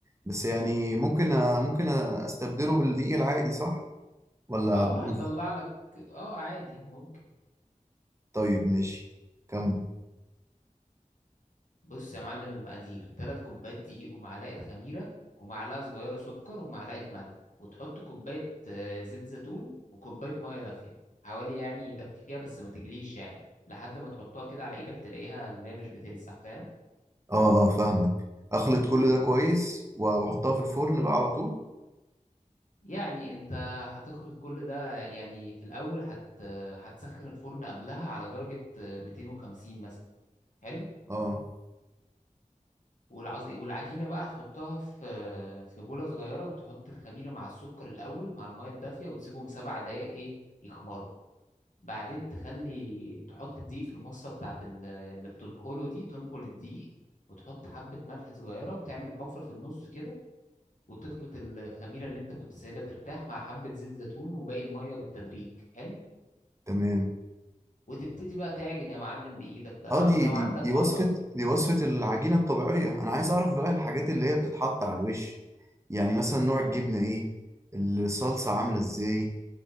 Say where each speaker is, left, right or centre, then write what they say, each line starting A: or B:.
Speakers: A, on the right; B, on the left.
A: بس يعني ممكن أ- ممكن استبدله بالدقيق العادي صح ولا
B: اه
A: هتبوظ
B: هيطلع لك اه عادي ممكن
A: طيب ماشي كمل
B: بص يا معلم المقادير تلات كوبايات دقيق ومعلقة خميرة ومعلقة صغيرة سكر ومعلقة ملح وتحط كوباية آه، زيت زيتون وكوباية مية دافية حوالي يعني دافية بس ما تجليش يعني لحد ما تحطها كده على ايدك تلاقيها اللي هي مش بتلسع فاهم
A: اه اه فاهمك اخلط كل ده كويس واحطها في الفرن بقى على طول
B: يعني انت هتخلط كل ده يعني في الاول هت هتسخن الفرن قبلها على درجة آه، 250 مثلا حلو
A: اه
B: والعز... والعجينة بقى هتحطها في في بولة صغيرة وتحط الخميرة مع السكر الأول مع المية الدافية وتسيبهم سبع دقايق إيه يخمروا بعدين تخلي تحط الدقيق في المصة بتاعت ال- اللي بتنخله دي تنخل الدقيق وتحط حبة ملح صغيرة وتعمل حفرة في النص كده وتخلط الخميرة اللي أنت كنت سايبها ترتاح مع حبة زيت زيتون وباقي المية بالتدريج حلو
A: تمام
B: وتبتدي بقى تعجن يا معلم بإيدك بقى
A: اه دي
B: ولو
A: ف-
B: عندك
A: دي دي
B: مضرب
A: وصفة دي وصفة العجينة الطبيعية انا عايز اعرف بقى الحاجات اللي هي بتتحط على الوش يعني مثلا نوع الجبنة ايه الصلصة عاملة ازاي